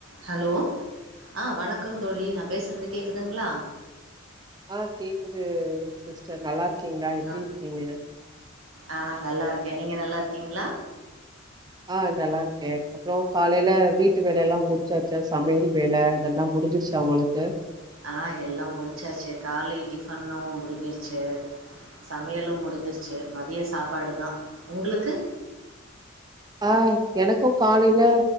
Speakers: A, on the right; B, on the right.
A: Hello ஆ வணக் க்கம் தோழி நா பேசுறது கேக்குதுங்களா
B: ஆ கேக்குது சிஸ்டர் நல்லா இருக்கீங்களா எப்டி
A: ஆ
B: இருக்கீங்க
A: ஆ நல்லா இருக்க நீங்க நல்லா இருக்கீங்களா
B: ஆ நல்லா இருக்க அப்ற காலையில வீட்டு வேல எல்லா முடிச்சாச்சா சமையல் வேல அதெல்லா மு முடிஞ்சிருச்சா உங்களுக்கு
A: ஆ எல்லா முடிச்சாச்சு காலை டிஃபன்னு முடிஞ்சிருச்சு சமையலு முடிஞ்சிருச்சு மதிய சாப்பாடுதா உங்களுக்கு
B: ஆ எனக்கு காலைல